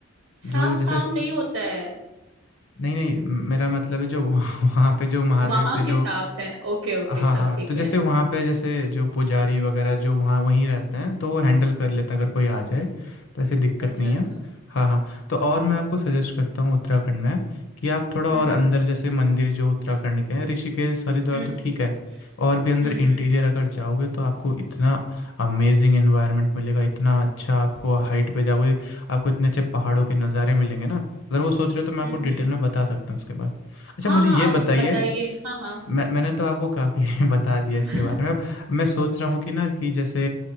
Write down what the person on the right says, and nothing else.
सांप
काम
नहीं होता है
वहां
के सांप हैं ओके ओके
तब
ठीक
है
अच्छा
अच्छा
हम्म
हम्म
हम्म
हम्म
हम्म
हम्म
हम्म।
हाँ
हाँ
आप
बताइए हाँ हाँ
<laughs>